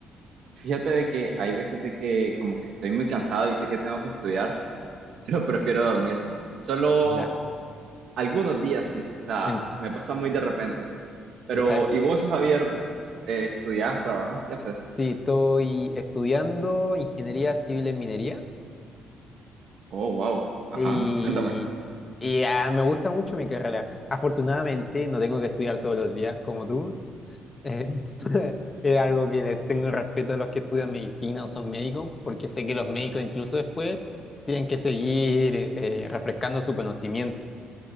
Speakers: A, on the right (about 65°); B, on the left (about 25°).
A: Fíjate de que hay veces de que como que estoy muy cansado y sé que tengo que estudiar, <laughs> pero prefiero dormir. Solo
B: Ya.
A: algunos días sí, o sea,
B: En-
A: me pasa muy de repente. Pero,
B: está,
A: ¿y vos, Javier, eh, estudiás, trabajas, qué haces?
B: sí, estoy estudiando ingeniería civil en minería
A: Oh, wow, ajá,
B: y,
A: cuéntame.
B: y, ah, me gusta mucho mi carrera. Afortunadamente no tengo que estudiar todos los días como tú. Eh, <laughs> es algo que les tengo respeto a los que estudian medicina o son médicos, porque sé que los médicos incluso después tienen que seguir eh, refrescando su conocimiento.